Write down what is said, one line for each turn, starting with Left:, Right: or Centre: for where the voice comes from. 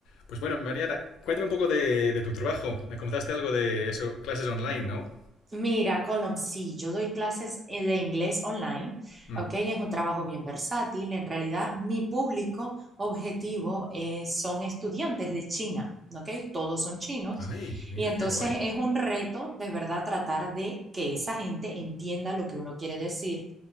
Left: Pues bueno, Mariana, cuéntame un poco de, de tu trabajo. Me contaste algo de eso, clases online, ¿no?
Right: Mira, Colom, sí, yo doy clases eh, de inglés online,
Left: Mm.
Right: ¿ok? Es un trabajo bien versátil. En realidad, mi público objetivo eh, son estudiantes de China, ¿ok? Todos son chinos.
Left: Ay, mira,
Right: Y entonces
Left: qué guay.
Right: es un reto de verdad tratar de que esa gente entienda lo que uno quiere decir,